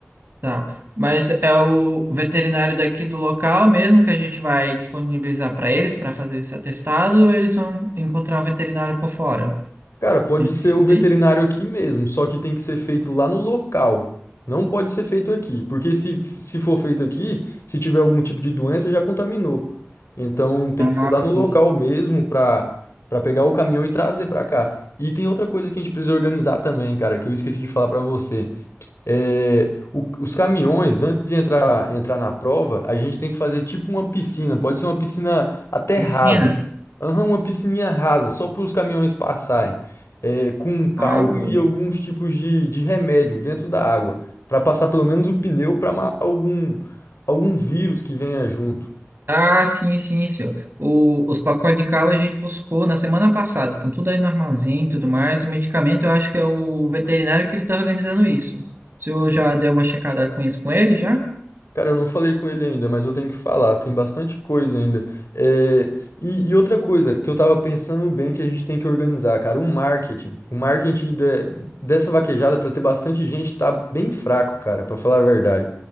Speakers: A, on the right; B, on the left.
A: Tá. Mas é o veterinário daqui do local mesmo que a gente vai disponibilizar para eles para fazer esse atestado, ou eles vão encontrar um veterinário por fora?
B: Cara, pode
A: A gente
B: ser
A: vai fazer
B: o veterinário
A: isso?
B: aqui mesmo, só que tem que ser feito lá no local. Não pode ser feito aqui, porque se, se for feito aqui, se tiver algum tipo de doença, já contaminou. Então tem que ser
A: Ah,
B: lá no
A: sim,
B: local
A: sim.
B: mesmo para para pegar o caminhão e trazer para cá. E tem outra coisa que a gente precisa organizar também, cara, que eu esqueci de falar para você. É, o- os caminhões, antes de entrar, entrar na prova, a gente tem que fazer tipo uma piscina. Pode ser uma piscina até
A: Oficina?
B: rasa. Aham, uma piscininha rasa, só para os caminhões passarem. É, com um cal
A: Ah, boa.
B: e alguns tipos de, de remédio dentro da água. Para passar pelo menos o pneu para matar algum, algum vírus que venha junto.
A: Ah, sim, sim, senhor. O- os pacotes de cal a gente buscou na semana passada. Estão tudo aí no armazém e tudo mais. O medicamento eu acho que é o veterinário que ele está organizando isso. O senhor já deu uma checada com isso com ele já?
B: Cara, eu não falei com ele ainda, mas eu tenho que falar, tem bastante coisa ainda. É, e, e outra coisa que eu tava pensando bem que a gente tem que organizar, cara, um marketing. O marketing de- dessa vaquejada pra ter bastante gente tá bem fraco, cara, pra falar a verdade.